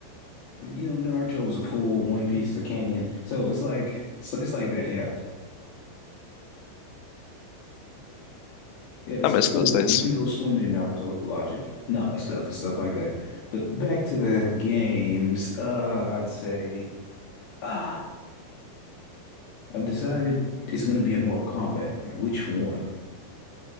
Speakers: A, on the left; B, on the left.
A: And, you know, Naruto was a pool, One Piece is a canyon. So it's like, it's, it's like that. Yeah. Yeah. It's
B: I miss
A: a pool.
B: those days.
A: You can go swimming in Naruto logic, not stuff and stuff like that. But back to the games, uh, I'd say. uh, I've decided it's gonna be a Mortal Kombat, but which one?